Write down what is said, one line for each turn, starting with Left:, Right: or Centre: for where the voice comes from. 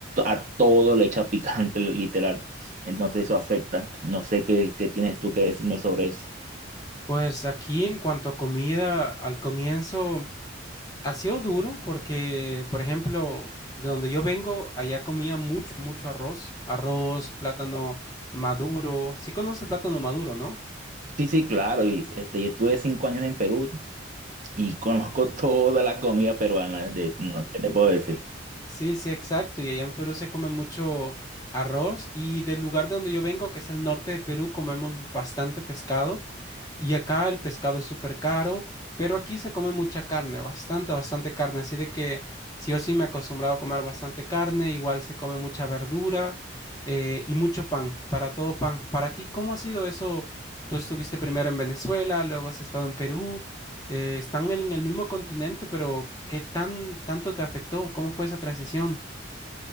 Right: a todo le echa picante, <laughs> literal. Entonces eso afecta. No sé qué, qué tienes tú que decirme sobre eso.
Left: Pues aquí en cuanto a comida, al comienzo ha sido duro porque, por ejemplo, de donde yo vengo, allá comía mucho, mucho arroz, arroz, plátano maduro. Sí conoces el plátano maduro, ¿no?
Right: Sí, sí, claro. Y, este, yo estuve cinco años en Perú y conozco <laughs> toda la comida peruana. De, no, ¿qué te puedo decir?
Left: Sí, sí, exacto. Y allá en Perú se come mucho arroz y del lugar de donde yo vengo, que es el norte de Perú, comemos bastante pescado. Y acá el pescado es súper caro, pero aquí se come mucha carne, bastante, bastante carne. Así de que sí o sí me he acostumbrado a comer bastante carne, igual se come mucha verdura eh, y mucho pan, para todo pan. Para ti, ¿cómo ha sido eso? Tú estuviste primero en Venezuela, luego has estado en Perú, eh, están en el mismo continente, pero ¿qué tan tanto te afectó? ¿Cómo fue esa transición?